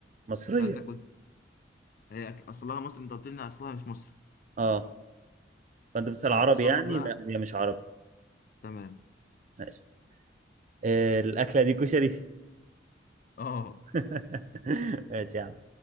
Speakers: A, on the right (about 40°); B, on the left (about 50°).
A: مصرية
B: سألتك قلت هي أك- اصلها مصري انت قلت لي إن اصلها مش مصري
A: أه فأنت بتسأل
B: طيب
A: عربي
B: اصولها
A: يعني
B: بقى
A: لا هي مش عربي
B: تمام
A: ماشي آه، الأكلة دي كشري
B: اه
A: <laughs> ماشي يا عم